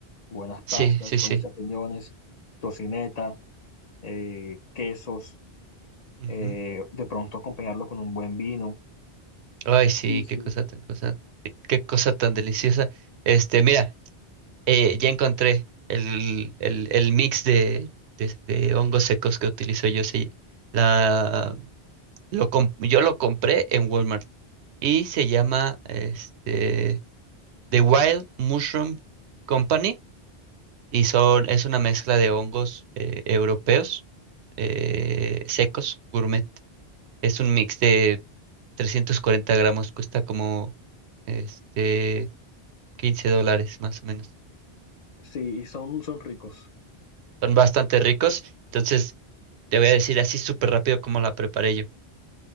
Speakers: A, on the left; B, on the right.
A: buenas pastas,
B: Sí, sí,
A: buenos
B: sí.
A: champiñones, tocineta, eh, quesos,
B: Ujú.
A: eh, de pronto acompañarlo con un buen vino.
B: Ay, sí,
A: Sí, sí.
B: qué cosa tan cosa, qué cosa tan deliciosa. Este, mira, eh, ya encontré el, el, el mix de, de, de hongos secos que utilizo yo. Sí, la, lo com- yo lo compré en Walmart y se llama este, The Wild Mushroom Company y son, es una mezcla de hongos eh, europeos eh, secos, gourmet. Es un mix de 340 gramos, cuesta como este 15 dólares más o menos.
A: Sí, son, son ricos.
B: Son bastante ricos, entonces te voy a decir así súper rápido cómo la preparé yo.